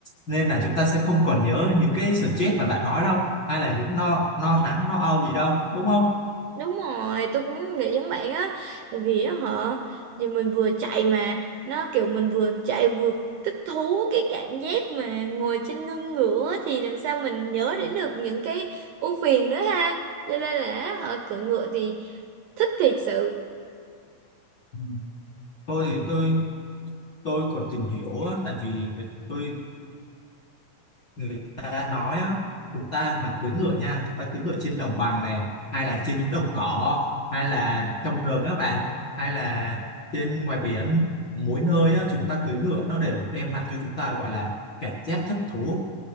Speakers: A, on the left (about 55°); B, on the right (about 80°).
A: nên là chúng ta sẽ không còn nhớ những cái stress mà bạn nói đâu hay là những no no nắng no âu gì đâu đúng không
B: Đúng rồi, tôi cũng nghĩ giống bạn á Tại vì á họ Giờ mình vừa chạy mà Nó kiểu mình vừa chạy vừa thích thú Cái cảm giác mà ngồi trên lưng ngựa á, Thì làm sao mình nhớ đến được Những cái ưu phiền nữa ha Cho nên là họ cưỡi ngựa thì thích thiệt sự
A: Ừ. tôi thì tôi tôi còn tìm hiểu á, tại vì tôi người ta nói á, chúng ta mà cưỡi ngựa nha chúng ta cưỡi ngựa trên đồng bằng này hay là trên những đồng cỏ hay là trong rừng á bạn hay là trên ngoài biển mỗi nơi á, chúng ta cưỡi ngựa nó đều đem lại cho chúng ta gọi là cảm giác thích thú